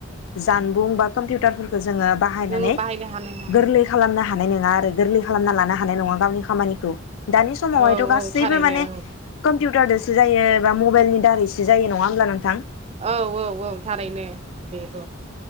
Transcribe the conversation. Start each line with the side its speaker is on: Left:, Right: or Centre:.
Left: जानबुं बा कम्पिउटारफोरखो जोङो बाहायनानै
Right: जोङो बाहायनो हानाय नङा
Left: गोरलै खालामनो हानाय नङा आरो गोरलै खालामना लानो हानाय नङा गावनि खामानिखौ। दानि समावहायथ'
Right: औ
Left: गासैबो
Right: औ थारैनो
Left: माने कम कम्पिउटारदोसो जायो बा मबाइलनि दारैसो जायो नङा होमब्ला नोंथां?
Right: औ औ औ। थारैनो, बेथ'।